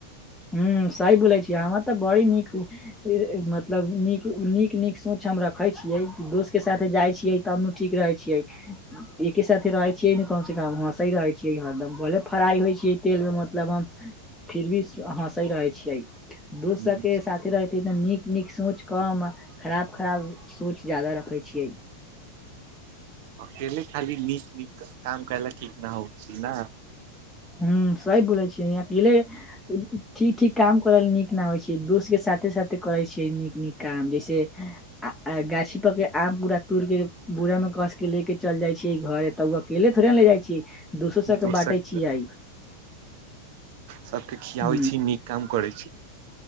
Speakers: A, in the centre; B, on the right (about 50°).
A: हू साही बोले छी हमर तऽ बड़ी नीक। मतलब नीक नीक सोच हम रखे छियै कि दोस्त के साथ जाई छियै तब। ठीक रहै छियै एके साथे रहै छियै ने कम से कम हँ रहै छियै हरदम। भले फ्राई होइ छै तेल मे मतलब हम फिर भी हँसे रहे। छिखै
B: हँ
A: दोस्त सबके साथे रहै नीक। नीक सोच कम अ खराब खराब सोच जदा रखै छियै।
B: अकेले खाली नीक- नीक काम करैला ठीक न होथि न।
A: हू सही बोले छियै यह अकेले। ठीक- ठीक काम करै ल नीक न होइ छै दोस्त के साथे साथे करे छियै नीक -नीक। काम जैसे। आ गाछी पक के आम पूरा तोड़ के बूरा में कस के लेके चल जाये छीयै घर त। अकेले थोड़े ने ले जाय छीयै दोसो सब
B: दोसक
A: के बाँटे छीयै।
B: सबके खियाबै
A: ह
B: छी नीक काम करै छी।